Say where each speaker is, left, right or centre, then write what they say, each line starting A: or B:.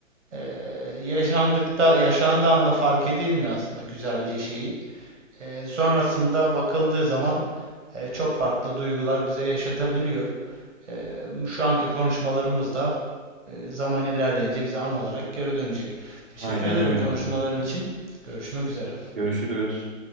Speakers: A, on the right; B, on the right.
A: e, yaşandıkta yaşandığı anda fark edilmiyor aslında güzelliği şeyi E, sonrasında bakıldığı zaman e, çok farklı duygular bize yaşatabiliyor. Eee, şu anki konuşmalarımız da eee, zaman ilerleyince bize an olarak geri dönecek. Teşekkür
B: Aynen
A: ederim
B: öyle.
A: konuşmaların için. Görüşmek üzere.
B: Görüşürüz.